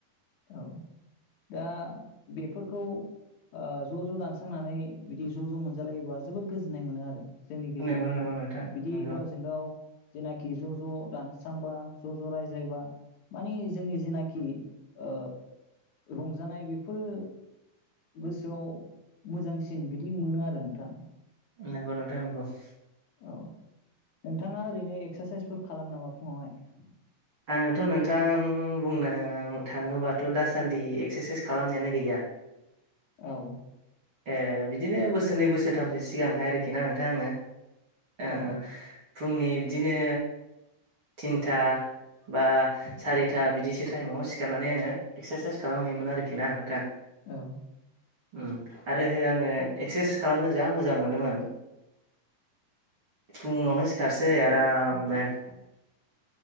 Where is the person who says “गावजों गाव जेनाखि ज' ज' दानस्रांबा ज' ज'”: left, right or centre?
Left